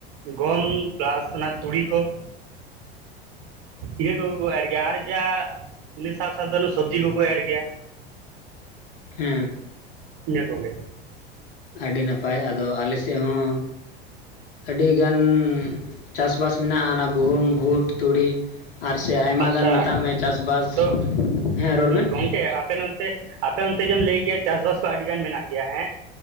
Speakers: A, on the right; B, on the left.
A: ᱜᱚᱢ ᱯᱮᱞᱟᱥ ᱚᱱᱟ ᱛᱩᱲᱤ ᱠᱚ ᱤᱱᱟᱹ ᱠᱚᱜᱮ ᱠᱚ ᱮᱨ ᱜᱮᱭᱟ ᱟᱨ ᱡᱟ ᱤᱱᱟᱹ ᱥᱟᱶ ᱥᱟᱶᱛᱮ ᱥᱚᱵᱽᱡᱤ ᱠᱚᱠᱚ ᱮᱨ ᱜᱮᱭᱟ
B: ᱦᱮᱸ,
A: ᱤᱱᱟᱹ ᱠᱚᱜᱮ᱾
B: ᱟᱹᱰᱤ ᱱᱟᱯᱟᱭ ᱟᱫᱚ ᱟᱞᱮ ᱥᱮᱜ ᱦᱚᱸ ᱟᱹᱰᱤ ᱜᱟᱱ ᱪᱟᱥᱼᱵᱟᱥ ᱢᱮᱱᱟᱜᱼᱟ ᱚᱱᱟ ᱜᱩᱦᱩᱢ, ᱵᱷᱩᱴ, ᱛᱩᱲᱤ, ᱟᱨ ᱥᱮ ᱟᱭᱢᱟ
A: ᱟᱪᱪᱷᱟ
B: ᱜᱟᱱ ᱢᱮᱛᱟᱜ ᱢᱮ ᱪᱟᱥᱵᱟᱥ
A: ᱛᱚ
B: ᱦᱮᱸ ᱨᱚᱲ ᱢᱮ,
A: ᱜᱚᱝᱠᱮ ᱟᱯᱮ ᱱᱚᱱᱮ ᱟᱯᱮ ᱱᱚᱱᱛᱮ ᱡᱮᱢ ᱞᱟᱹᱭ ᱠᱮᱭᱟ ᱪᱟᱥᱵᱟᱥ ᱠᱚ ᱟᱹᱰᱤᱜᱟᱱ ᱢᱮᱱᱟᱜ ᱜᱮᱭᱟ ᱦᱮᱸ